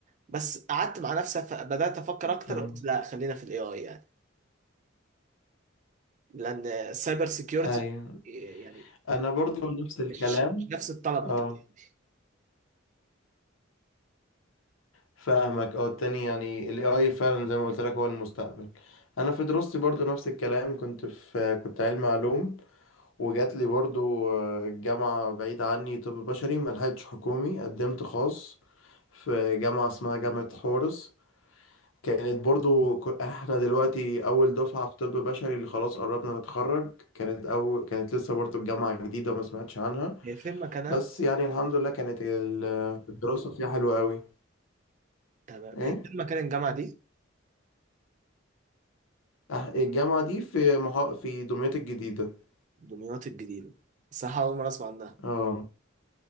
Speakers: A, on the right; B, on the left.
A: بس قعدت مع نفسي أف- بدأت أفكر أكتر
B: تمام
A: قلت لا خلينا في الاي اي يعني لأن السايبر سيكيورتي
B: ايوه
A: يعني
B: انا برضو نفس الكلام
A: مش مش نفس الطلب
B: اه
A: بتاع دي.
B: فاهمك اه التاني يعني ال AI فعلا زي ما قلت لك هو المستقبل انا في دراستي برضو نفس الكلام كنت في كنت علمي علوم وجات لي برضو آه، الجامعة بعيدة عني طب بشري ملحقتش حكومي قدمت خاص في جامعة اسمها جامعة حورس كانت برضو ك- احنا دلوقتي اول دفعة في طب بشري اللي خلاص قربنا نتخرج كانت اول كانت لسه برضو الجامعة جديدة وما سمعتش عنها
A: هي فين مكانها؟
B: بس يعني الحمد لله كانت ال- الدراسة فيها حلوة قوي
A: تمام
B: ايه
A: هي فين مكان الجامعة دي؟
B: أح- الجامعة دي في مها... في دمياط الجديدة
A: دمياط الجديدة صح أول مرة أسمع عنها
B: اه